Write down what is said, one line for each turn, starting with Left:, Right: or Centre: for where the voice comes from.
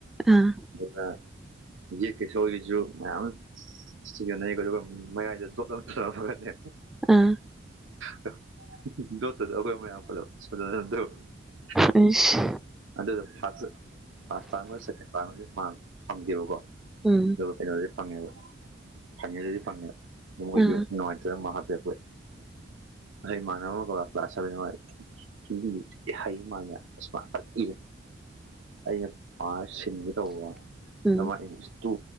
Centre: ꯑꯥ
Right: ꯗꯨꯈ ꯍꯧꯖꯤꯛ ꯀꯦꯁꯣꯒꯤꯖꯨ ꯃꯌꯥꯝ ꯁꯤꯅꯅꯩꯀꯣ ꯑꯗꯨꯒ ꯃꯌꯥꯏꯗ ꯗꯣꯠ ꯑꯃ ꯊꯥꯅꯝꯃꯒꯅꯦ
Centre: ꯑꯥ
Right: <unintelligible> ꯗꯣꯠꯇꯨꯗ ꯑꯈꯣꯏ ꯃꯌꯥꯝ ꯄꯨꯂꯞ <unintelligible>
Centre: ꯑꯩꯁ
Right: ꯑꯗꯨꯗ ꯐꯥꯔꯁ ꯐꯥꯔꯁ ꯇꯥꯝꯒ ꯁꯦꯀꯦꯟ ꯇꯥꯝꯒꯖꯨ ꯃꯥꯥꯔꯛ ꯐꯪꯗꯦꯕꯀꯣ
Centre: ꯎꯝ
Right: ꯑꯗꯨꯒ ꯀꯩꯅꯣꯗꯤ ꯐꯪꯉꯦꯕ ꯐꯥꯏꯅꯦꯜꯗꯗꯤ ꯐꯪꯉꯦ ꯑꯗꯨ ꯃꯣꯏꯖꯨ
Centre: ꯑꯥ
Right: ꯅꯨꯡꯉꯥꯏꯇ꯭ꯔꯦ ꯃꯥꯛ ꯍꯥꯞꯄꯦ <unintelligible> ꯑꯩ ꯏꯃꯥꯥꯟꯅꯕ ꯑꯃ ꯀꯣ ꯀ꯭ꯂꯥꯁ ꯁꯚꯦꯟ ꯍꯣꯏ ꯍꯤꯟꯗꯤꯒꯤ ꯍꯩ ꯃꯥꯜꯂꯦ ꯏꯁ ꯐꯠ ꯏꯌꯦ ꯑꯩꯅ ꯄꯥꯔ ꯁꯤꯟꯒꯦ ꯇꯧꯕ
Centre: ꯎꯝ
Right: ꯑꯗꯨꯃꯥꯏꯟ <unintelligible> ꯇꯨ